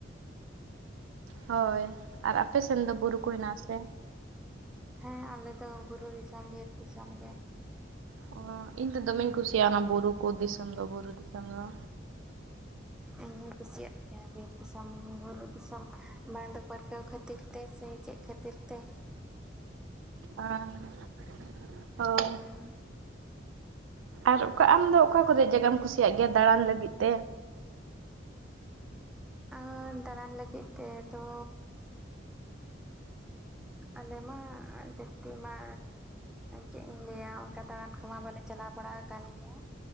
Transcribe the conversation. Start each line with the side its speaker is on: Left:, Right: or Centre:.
Right: ᱦᱳᱭ᱾ ᱟᱨ ᱟᱯᱮ ᱥᱮᱱ ᱫᱚ ᱵᱩᱨᱩ ᱠᱚ ᱦᱮᱱᱟᱜ ᱟᱥᱮ?
Centre: ᱦᱮᱸ ᱟᱞᱮ ᱫᱚ ᱵᱩᱨᱩ ᱫᱤᱥᱚᱢ, ᱵᱤᱨ ᱫᱤᱥᱚᱢ ᱜᱮ᱾
Right: ᱚ ᱤᱧ ᱫᱚ ᱫᱚᱢᱮᱧ ᱠᱩᱥᱤᱭᱟᱜᱼᱟ᱾ ᱚᱱᱟ ᱵᱩᱨᱩ ᱠᱚ ᱫᱤᱥᱚᱢ ᱫᱚ ᱵᱩᱨᱩ ᱫᱤᱥᱚᱢ ᱫᱚ᱾
Centre: ᱤᱧ ᱦᱚᱧ ᱠᱩᱥᱤᱭᱟᱜ ᱜᱮᱭᱟ ᱵᱤᱨ ᱫᱤᱥᱚᱢ ᱵᱩᱨᱩ ᱫᱤᱥᱚᱢ ᱵᱟᱝᱫᱚ ᱯᱟᱹᱨᱠᱟᱹᱣ ᱠᱷᱟᱹᱛᱤᱨ ᱛᱮ ᱥᱮ ᱪᱮᱫ ᱠᱷᱟᱹᱛᱤᱨ ᱛᱮ?
Right: ᱚ ᱦᱳ
Centre: ᱦᱩᱸ
Right: ᱟᱨ ᱚᱠᱟ ᱟᱢ ᱫᱚ ᱚᱠᱟ ᱠᱚᱨᱮ ᱡᱟᱭᱜᱟᱢ ᱠᱩᱥᱤᱭᱟᱜ ᱜᱮᱭᱟ ᱫᱟᱬᱟᱱ ᱞᱟᱹᱜᱤᱫ ᱛᱮ
Centre: ᱟᱨ ᱫᱟᱬᱟᱱ ᱞᱟᱹᱜᱤᱫ ᱛᱮᱫᱚ ᱟᱞᱮ ᱢᱟ ᱡᱟᱹᱥᱛᱤ ᱢᱟ ᱪᱮᱫ ᱤᱧ ᱞᱟᱹᱭᱟ ᱚᱱᱠᱟ ᱫᱟᱬᱟᱱ ᱠᱚᱢᱟ ᱵᱟᱞᱮ ᱪᱟᱞᱟᱣ ᱵᱟᱲᱟ ᱟᱠᱟᱱ ᱜᱮᱭᱟ